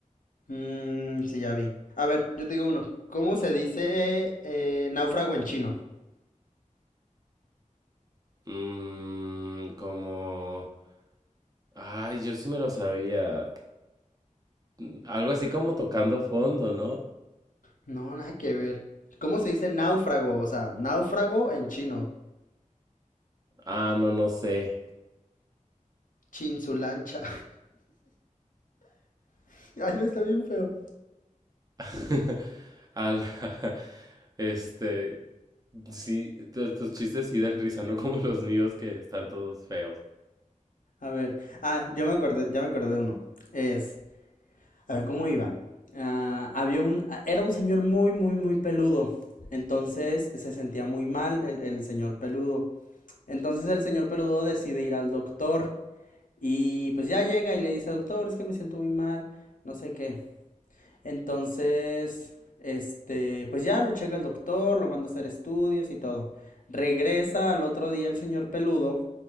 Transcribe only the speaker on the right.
Mmm, como... Ay, yo sí me lo sabía. Mm, Algo así como tocando fondo, ¿no?
Ah, no, no sé.
<laughs> A la- <laughs> este, sí, tu- tus chistes sí dan risa, no como los míos que están todos feos.